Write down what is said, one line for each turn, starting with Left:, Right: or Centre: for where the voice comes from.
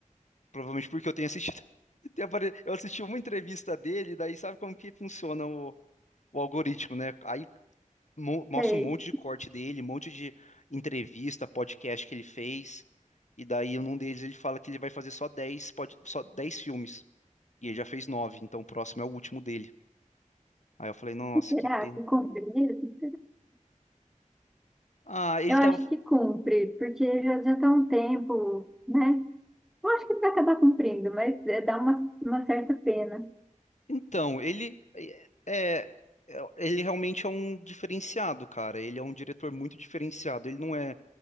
Left: provavelmente porque eu tenho assistido <laughs> tem apare- Eu assisti uma entrevista dele, daí sabe como que funciona o, o algoritmo, né? Aí mo- mostra
Centre: Sei.
Left: um monte de corte dele, um monte de entrevista, podcast que ele fez. E daí, num deles, ele fala que ele vai fazer só dez, pod- só 10 filmes. E ele já fez 9, então o próximo é o último dele. Aí eu falei, nossa,
Centre: Será
Left: que pena.
Centre: que combina mesmo?
Left: Ah, ele
Centre: Eu
Left: tava.
Centre: acho que cumpre, porque já já está um tempo, né? Eu acho que ele vai acabar cumprindo, mas é, dá uma, uma certa pena.
Left: Então, ele é, é- ele realmente é um diferenciado, cara. Ele é um diretor muito diferenciado. Ele não é